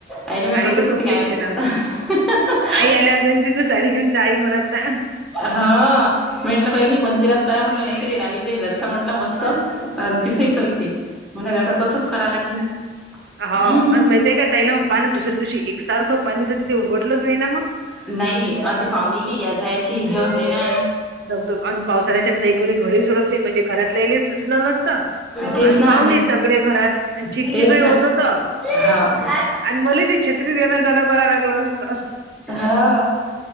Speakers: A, in the centre; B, on the right (about 65°).
A: आईने म
B: आईला
A: कसंच
B: खूप
A: होत काय
B: टेन्शन
A: मग
B: आलतं.
A: <unintelligible>
B: आई आल्या होता आणि तिथून साडी घेऊन जा आई म्हणत ना
A: हा म्हटलं नायी मंदिरात करा म्हटलं नाहीत राणीचंही झाल तर म्हटलं मस्त तिथेही
B: हम्म
A: चालते म्हण आता तसंच करा लागेल
B: हो
A: हम्म
B: आणि माहित आहे का तला मग पाणी दुसऱ्या दिवशी एकसारखं पाणी तर ते उघडलंच नाही ना मग
A: नाही अधी पाहुणेली याय जायची हे होते ना
B: दगधग आणि पावसाल्याच्यानंतर एक कोणी घरीही सोडत नाही म्हणजे घरातल्याले सुचल नस आणि
A: तेच ना
B: पावणे सगळे घरात आणि चिकचिकही
A: तेच
B: होत
A: ना
B: होत
A: हो
B: आणि मला ती छत्री येण जाणं करा लागल असत
A: हो